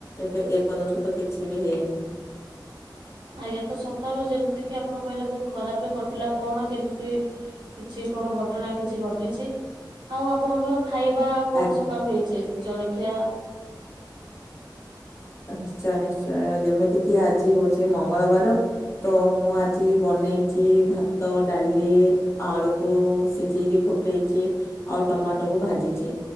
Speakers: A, on the left; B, on the right.
A: ଏବେ ଏପର୍ଯ୍ୟନ୍ତ ତ କିଛି ବି ହେଇନି।
B: ଆଜ୍ଞା ତ ସକାଳୁ ଯେମତି କିି ଆପଣ କହିଲେ ବୋହୁତ ଖରାପରେ କଟିଲା କଣ କେମିତି କିଛି କଣ ଘଟଣା କିଛି ଘଟିଛି, ହୋଉ ଆପଣଙ୍କର ଖାଇବା କଣ
A: ଆଜ୍ଞା।
B: ସକାଳୁ ହେଇଚି, ଜଳଖିଆ
A: ନିଶ୍ଚୟ ନିଶ୍ଚୟ ଯେମିତି କିି ଆଜି ହୋଉଚି ମଙ୍ଗଳବାର ତ ମୁଁ ଆଜି ବନେଇଚି ଭାତ, ଡାଲି, ଆଳୁକୁ ସିଝେଇକି ଫୁଟେଇଚି ଆଉ ଟମାଟୋକୁ ଭାଜିଚି।